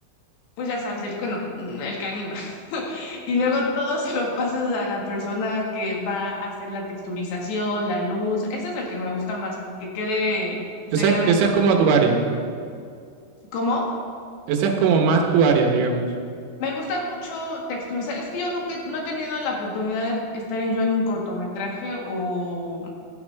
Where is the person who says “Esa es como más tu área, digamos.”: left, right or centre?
Right